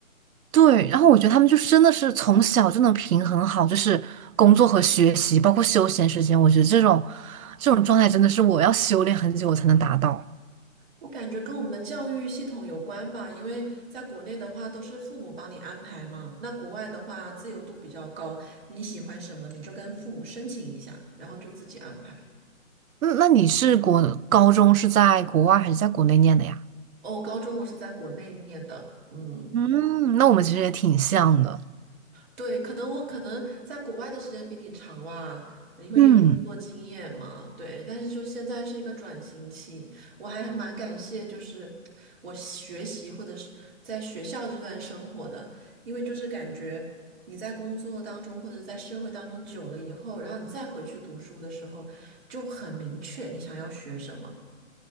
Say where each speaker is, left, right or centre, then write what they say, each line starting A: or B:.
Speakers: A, on the right; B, on the right.
A: 对，然后我觉得他们就是真的是从小就能平衡好，就是工作和学习，包括休闲时间。我觉得这种这种状态真的是我要修炼很久我才能达到。
B: 我感觉跟我们的教育系统有关吧，因为在国内的话都是父母帮你安排嘛，那国外的话自由度比较高，你喜欢什么你就跟父母申请一下，然后就自己安排。
A: 那那你是国高中是在国外还是在国内念的呀？
B: 哦，高中我是在国内念的，嗯。
A: 嗯，那我们其实也挺像的。
B: 对，可能我可能在国外的时间比你长吧，因为也有工作经验嘛，
A: 嗯，
B: 对。但是就现在是一个转型期，我还蛮感谢，就是我学习或者是在学校这段生活的，因为就是感觉你在工作当中或者在社会当中久了以后，然后你再回去读书的时候，就很明确你想要学什么。